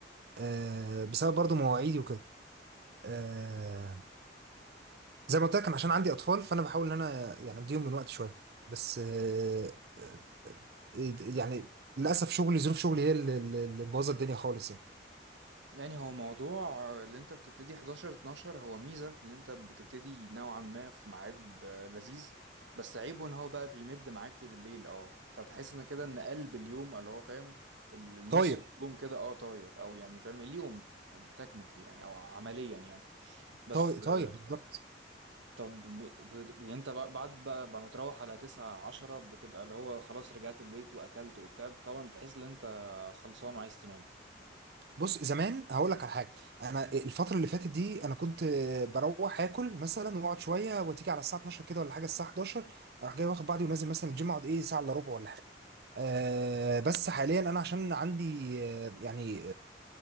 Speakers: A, on the right; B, on the right.
A: آه، بسبب برضو مواعيدي وكده آه، زي ما قلت لك كان عشان عندي أطفال فأنا بحاول إن أنا يعني أديهم من وقت شوية بس آه، آه، آه، يعني للأسف شغلي ظروف شغلي هي اللي اللي- اللي مبوظة الدنيا خالص يعني
B: يعني هو موضوع اللي انت بتبتدي 11 12 هو ميزة اللي انت بتبتدي نوعا ما في ميعاد آه، لذيذ بس عيبه ان هو بقى بيمد معاك لبالليل اه فتحس ان كده ان قلب اليوم اللي هو فاهم ال- النص
A: طاير
B: يوم كده اه طاير او يعني فاهم اليوم تكنيكلي يعني او عمليا يعني بس
A: طاير طاير
B: آه،
A: بالظبط
B: طب ب- ب- يعني انت بع- بعد بقى بقى متروح على 9 10 بتبقى اللي هو خلاص رجعت البيت واكلت وبتاع طبعا بتحس ان انت خلصان وعايز تنام
A: بص زمان هقول لك على حاجه انا الفتره اللي فاتت دي انا كنت بروح اكل مثلا واقعد شويه وتيجي على الساعه 12 كده ولا حاجه الساعه 11 اروح جاي واخد بعضي ونازل مثلا الجيم اقعد ايه ساعه الا ربع ولا حاجه أه بس حاليا انا عشان عندي آه، يعني